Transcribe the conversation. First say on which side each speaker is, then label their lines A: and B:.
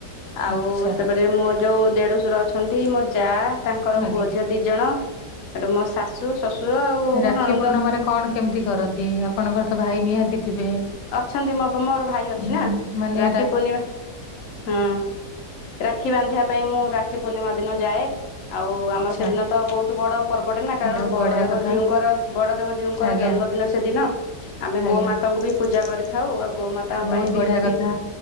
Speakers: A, on the left; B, on the left.
A: ଆଉ
B: ଆଚ୍ଛା
A: ସେପଟେ ମୋ ଯଉ ଦେଢ଼ୁଶର ଅଛନ୍ତି ମୋ ଯା। ତାଙ୍କର
B: ଆଜ୍ଞା
A: ପୁଅ ଝିଅ ଦି ଜଣ ଏଠୁ ମୋ ଶାଶୁ। ଶ୍ୱଶୁର ଆଉ
B: ରାକ୍ଷୀ
A: ମୋ ନଣନ୍ଦ
B: ପୂର୍ଣ୍ଣମାରେ କଣ କେମିତି କରନ୍ତି ଆପଣଙ୍କର ତ ଭାଇ ନିହାତି। ଥିବେ
A: ଅଛନ୍ତି ମୋ ମୋର ଭାଇ ଅଛି
B: ହଁ
A: ନା
B: ମାନେ
A: ରାକ୍ଷୀ ପୂର୍ଣିମା ହୁଁ ରାକ୍ଷୀ ବାନ୍ଧିବା ପାଇଁ ମୁଁ ରାକ୍ଷୀ ପୂର୍ଣ୍ଣିମା ଦିନ ଯାଏ। ଆଉ
B: ଆଚ୍ଛା
A: ଆମର ସେଦିନ ତ ବହୁତ ବଡ଼। ପର୍ବଟେ ନା କାରଣ
B: ବହୁତ
A: ବଳଦେବ
B: ବଢିଆ କଥା
A: ଜିଉଙ୍କର ବଡଦେବ ଜିଉଙ୍କର
B: ଆଜ୍ଞା
A: ଜନ୍ମଦିନ ସେଦିନ ଆମେ
B: ଆଜ୍ଞା
A: ଗୋ ମାତାଙ୍କୁ ବି। ପୂଜା କରିଥାଉ ଆଉ ଗୋମାତାଙ୍କ
B: ବହୁତ
A: ପାଇଁ ବି
B: ବଢିଆ
A: ପି
B: କଥା